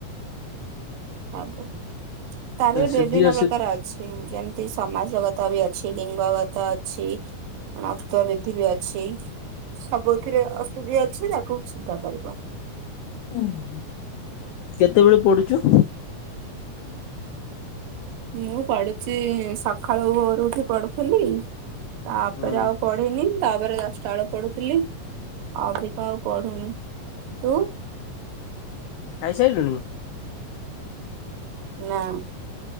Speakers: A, on the right (about 80°); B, on the left (about 90°).
A: ତାକୁ କାର ବି
B: ସୁଧି
A: ବିଭିନ୍ନ
B: ଅସୁଧି
A: ପ୍ରକାର ଅଛି। ହୁଁ ଯେମିତି ସମାଜଗତ ବି ଅଛି ଲିଙ୍ଗଗତ ଅଛି ନକ୍ତ ବିଧି ବି ଅଛି ସବୁଥିରେ ଅଶୁଦ୍ଧି ଅଛି ତାକୁ ଶୁଦ୍ଧ କରିବ।
B: ହୁଁ କେତେବେଳେ ପଢ଼ୁଛୁ?
A: ମୁଁ ପଢୁଛି ସକାଳୁ ଭୋରୁ ଉଠି ପଢୁଥିଲି ତାପରେ
B: ହୁଁ
A: ଆଉ ପଢିନି ତାପରେ ଦଶଟା ବେଳେ ପଢୁଥିଲି ଅବିକା ଆଉ ପଢୁନି। ତୁ?
B: ଖାଇସାରିଲୁଣି?
A: ନା।